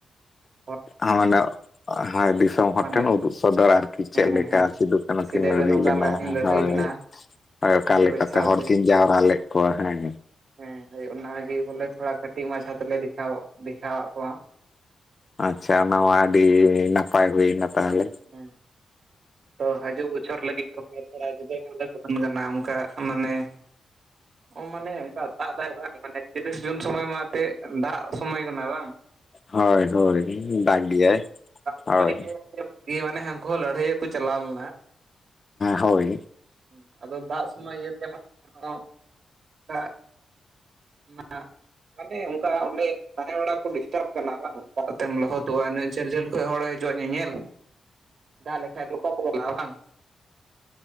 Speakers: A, on the right; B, on the left.
A: ᱾
B: ᱴᱷᱟᱶ ᱦᱤᱞᱚᱜ ᱚ ᱦᱮᱸ ᱫᱤᱥᱚᱢ ᱦᱚᱲ
A: ᱢᱟᱱᱮ
B: ᱴᱷᱮᱱ ᱩᱫᱩᱜ ᱥᱚᱫᱚᱨ ᱟᱨᱠᱤ ᱪᱮᱫ
A: ᱦᱮᱸ
B: ᱞᱮᱠᱟ
A: ᱦᱮᱸ
B: ᱪᱤᱫᱩᱜ? ᱠᱟᱹᱱᱩ
A: ᱥᱤᱫᱟᱹ
B: ᱠᱤᱱ ᱞᱟᱹᱲᱦᱟᱹᱭ
A: ᱠᱟᱹᱱᱦᱩ ᱚᱠᱟ
B: ᱞᱮᱱᱟ
A: ᱞᱮᱠᱟ ᱠᱤᱱ ᱞᱟᱹᱲᱦᱟᱹᱭ
B: ᱦᱳᱭ᱾
A: ᱞᱮᱱᱟ
B: ᱦᱳᱭ, ᱚᱠᱟ
A: ᱤᱝᱨᱮᱡᱽ
B: ᱞᱮᱠᱟᱛᱮ
A: ᱥᱟᱶᱛᱮ
B: ᱦᱚᱲ ᱠᱤᱱ ᱡᱟᱣᱨᱟ ᱞᱮᱫ ᱠᱚᱣᱟ ᱦᱮᱸ?
A: ᱦᱮᱸ ᱦᱳᱭ ᱚᱱᱟᱜᱮ ᱵᱚᱞᱮ ᱛᱷᱚᱲᱟ ᱠᱟᱹᱴᱤᱡ ᱢᱟᱪᱷᱟ ᱛᱮᱞᱮ ᱫᱮᱠᱷᱟᱣ, ᱫᱮᱠᱷᱟᱣᱟᱜ ᱠᱚᱣᱟ᱾
B: ᱟᱪᱪᱷᱟ ᱚᱱᱟ ᱢᱟ ᱟᱹᱰᱤ ᱱᱟᱯᱟᱭ ᱦᱩᱭᱱᱟ ᱛᱟᱦᱞᱮ᱾
A: ᱦᱮᱸ ᱦᱮᱸ ᱛᱚ ᱦᱟᱹᱡᱩᱜ ᱵᱚᱪᱷᱚᱨ ᱞᱟᱹᱜᱤᱫ ᱛᱚᱵᱮ ᱛᱷᱚᱲᱟ ᱡᱩᱫᱟᱹ ᱧᱚᱜ ᱞᱮ ᱫᱚᱠᱟᱱ ᱠᱟᱱᱟ ᱚᱱᱠᱟ᱾ ᱢᱟᱱᱮ, ᱚ ᱢᱟᱱᱮ ᱚᱱᱠᱟ ᱫᱟᱜ ᱫᱟᱭ ᱵᱟᱝ ᱢᱟᱱᱮ᱾ ᱛᱤᱨᱤᱥ ᱡᱩᱱ ᱥᱚᱢᱚᱭ ᱢᱟ ᱮᱛᱮᱡ ᱫᱟᱜ ᱥᱚᱢᱚᱭ ᱠᱟᱱᱟ ᱵᱟᱝ?
B: ᱦᱚᱭ ᱦᱳᱭ ᱫᱟᱜ ᱜᱮᱭᱟᱭ᱾
A: ᱱᱚᱜ-ᱚᱭ
B: ᱦᱳᱭ
A: ᱱᱤᱭᱟᱹ ᱛᱟᱭᱚᱢ, ᱤᱭᱟᱹ ᱢᱟᱱᱮ ᱦᱟᱱᱠᱩ ᱦᱚᱸ ᱞᱟᱹᱲᱦᱟᱹᱭᱚᱜ ᱠᱚ ᱪᱟᱞᱟᱣ ᱞᱮᱱᱟ᱾
B: ᱦᱳᱭ
A: ᱦᱩᱸ ᱟᱫᱚ ᱫᱟᱜ ᱥᱚᱢᱚᱭ ᱤᱭᱟᱹ ᱛᱮ ᱢᱟᱱᱮ ᱚᱸᱜ ᱫᱟᱜ ᱚᱱᱟ᱾ ᱢᱟᱱᱮ ᱚᱱᱠᱟ ᱚᱸᱰᱮ ᱛᱟᱦᱮᱸ ᱵᱟᱲᱟ ᱠᱚ ᱰᱤᱥᱴᱟᱯ ᱠᱟᱱᱟ ᱵᱟᱝ, ᱫᱟᱜ ᱛᱮᱢ ᱞᱚᱦᱚᱫᱚᱜ-ᱟ᱾ ᱤᱱᱟᱹᱜ ᱡᱷᱟᱹᱞ ᱡᱷᱟᱹᱞ ᱠᱷᱚᱡ ᱦᱚᱲᱮ ᱦᱟᱹ ᱡᱚᱜ-ᱟ, ᱧᱮᱧᱮᱞ᱾ᱫᱟᱜ ᱞᱮᱠᱷᱟᱡ ᱫᱚ ᱚᱠᱟ ᱯᱮ ᱪᱟᱞᱟᱜ-ᱟ᱾ᱵᱟᱝ?